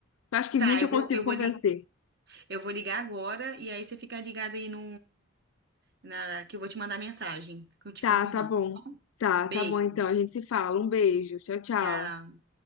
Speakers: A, on the left; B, on the right.
A: Eu acho que
B: Tá,
A: 20
B: eu
A: eu
B: vou,
A: Tá consigo
B: eu
A: convencer.
B: vou, li- Eu vou ligar agora e aí você fica ligado aí no, na, que eu vou te mandar mensagem, que eu te
A: Tá,
B: confirmando.
A: tá bom.
B: tá bom?
A: Tá,
B: Beijo,
A: tá bom então. A gente se fala. Um beijo. Tchau, tchau.
B: tchau.